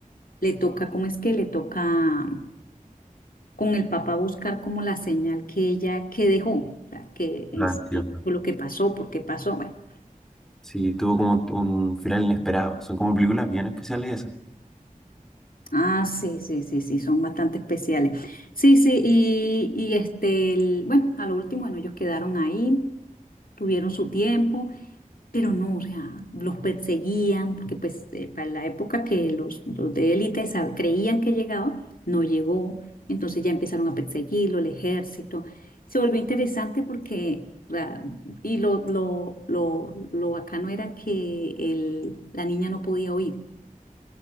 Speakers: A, on the left; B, in the centre.
A: le toca, ¿cómo es que le toca con el papá buscar como la señal que ella, que dejó, o sea, que en
B: Ah,
A: sí
B: entiendo.
A: fue lo que pasó, por qué pasó, bueno.
B: Sí, tuvo como un final inesperado. Son como películas bien especiales esas.
A: Ah, sí, sí, sí, sí, son bastante especiales. Sí, sí, y, y este, el- bueno, a lo último, bueno, ellos quedaron ahí, tuvieron su tiempo. Pero no, o sea, los perseguían, porque pues eh, para la época que los, los de élite sab- creían que llegaba, no llegó. Entonces ya empezaron a perseguirlo, el ejército. Se volvió interesante porque, o sea, y lo, lo, lo, lo bacano era que el, la niña no podía oír.